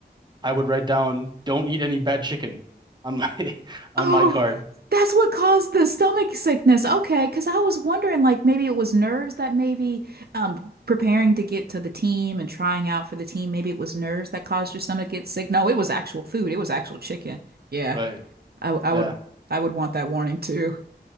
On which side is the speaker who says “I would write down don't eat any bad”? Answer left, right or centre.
Right